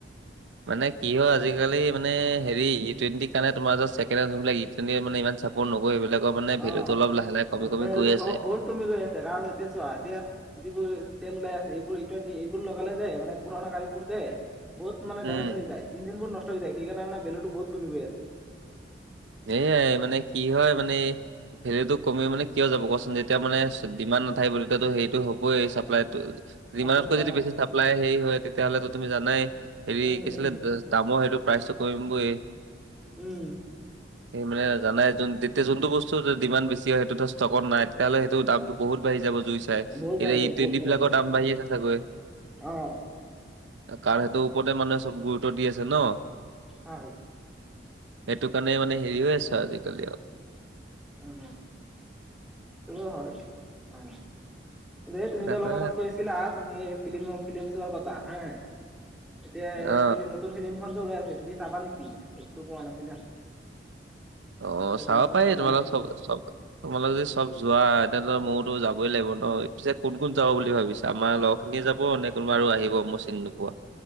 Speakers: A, on the right; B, in the centre.
A: মানে কি হয় আজিকালি মানে হেৰি ই টুৱেণ্টিৰ কাৰণে তোমাৰ যে ছেকেণ্ড হেণ্ড হলো লাগে ইট তেনেকে মান ইমান চাপৰ্ট নকৰে, সেইবিলাকৰ মানে
B: অ
A: ভেলু
B: অ
A: টো অলপ লাহে লাহে কমি কমি
B: ভেলটো
A: গৈ আছে।
B: অ বহুত কমি গৈ আছে কাৰণ এতিয়া চোৱা এতিয়া যিবোৰ তেল ওলাই আছে এইবোৰ ইটুৱেণ্টি এইবোৰ লগালে যে মানে পুৰণা গাড়ীবোৰ যে বহুত মানে
A: উম,
B: দেমেজ হৈ যায়, ইঞ্জিন বোৰ নষ্ট হৈ যায় সেইকাৰনে মানে ভেলু টো বহুত কমি গৈ আছে।
A: এয়াই মানে কি হয় মানে ভেলিউটো কমি মানে কিয় যাব কোৱাচোন? যেতিয়া মানে ডিমাণ্ড নাথাকিব তেতিয়াটো সেইটো হ'বই চাপ্লাইটো ডিমানতকৈ
B: তাপত
A: যদি
B: অ
A: বেছি চাপ্লাই হেৰি হয় তেতিয়াহ'লেটো তুমি জানাই হেৰি
B: উম
A: কি আছিলে
B: উম
A: দামৰ সেইটো প্ৰাইচটো কমিমবয়ে।
B: উম,
A: এ মানে জনাই যোন তেতিয়া যোনটো বস্তু ডিমাণ্ড বেছি হয় সেইটোটো ষ্টকত নাই তেতিয়াহ'লে সেইটো দামটো বহুত বাঢ়ি যাব
B: বহুত
A: <unintelligible>
B: বাঢ়ি
A: এ এতিয়া
B: যাব
A: ই টুৱেণ্টি
B: বহুত বাঢ়ি
A: বিলাকৰ
B: যাব
A: দাম বাঢ়ি আছে চাগৈ?
B: অ
A: কাৰণ সেইটোৰ ওপৰতে মানুহে চব গুৰুত্ব দি আছে ন?
B: হয়।
A: সেটো কাৰণে মানে হেৰি হৈ আছে আজিকালি অ,
B: উম, তুমিওঁ
A: উম,
B: হয় অহ, যে তুমি
A: তাকে,
B: যে অলপ আগত কৈ আছিলা তুমি ফ্লিমো -ফিলিম চোৱাৰ কথা হে এতিয়া
A: অ
B: এ ফিলিম নতুন ফিলিমখন যে ওলাই আছে এইটো কি চাবা নেকি সেইটোতো কোৱা নাছিলা?
A: অ,
B: এইটো
A: চাব
B: কোৱাচোন
A: পাৰি
B: চাবা
A: তোমালোক
B: নে
A: চব -চব তোমালোকে যদি চব যোৱা তেনেহলে মইওতো যাবই লাগিব ন' পিছে কোন -কোন যাব বুলি ভাবিছে? তে আমাৰ লগৰখিনিয়ে যাব নে কোনোবা আৰু আহিব মই চিনি নোপোৱা?